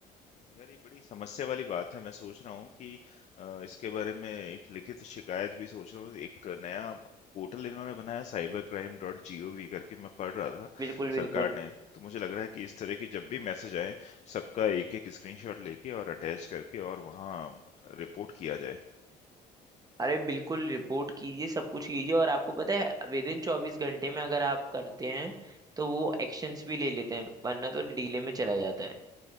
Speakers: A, on the left; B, on the right.
A: यार ये बड़ी समस्या वाली बात है मैं सोच रहा हूँ कि अ, इसके बारे में एक लिखित शिकायत भी सोच रहा हूँ एक नया पोर्टल इन्होंने बनाया cyber crime dot G O V करके मैं पढ़ रहा था
B: बिल्कुल बिल्कुल
A: सरकार ने तो मुझे लग रहा है कि इस तरह की जब भी मैसेज आए सबका एक एक स्क्रीनशॉट लेके और अटैच करके और वहाँ रिपोर्ट किया जाए
B: अरे बिल्कुल रिपोर्ट कीजिए सब कुछ कीजिए और आपको पता है विद इन चौबीस घंटे में अगर आप करते हैं तो वो एक्शंस भी ले लेते हैं वरना तो डीले में चला जाता है